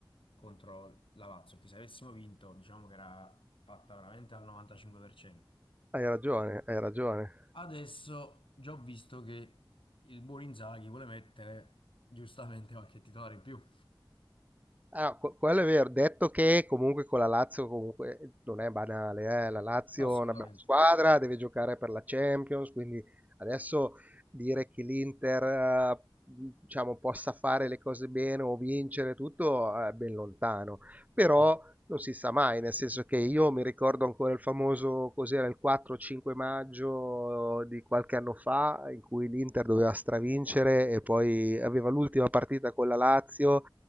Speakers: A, on the left (about 80°); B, on the right (about 20°).
A: contro la Lazio, che se avessimo vinto diciamo che era fatta veramente al 95%.
B: Hai ragione, hai ragione.
A: Adesso già ho visto che il buon Inzaghi vuole mettere giustamente qualche titolare in più.
B: Ah, que quello è vero. Detto che comunque con la Lazio comunque non è banale, eh. La Lazio
A: Assolutamente.
B: è una bella squadra, deve giocare per la Champions, quindi adesso dire che l'Inter, eh, diciamo, possa fare le cose bene o vincere tutto eh, è ben lontano però non si sa mai, nel senso che io mi ricordo ancora il famoso, cos'era, il 4-5 maggio di qualche anno fa, in cui l'Inter doveva stravincere e poi aveva l'ultima partita con la Lazio,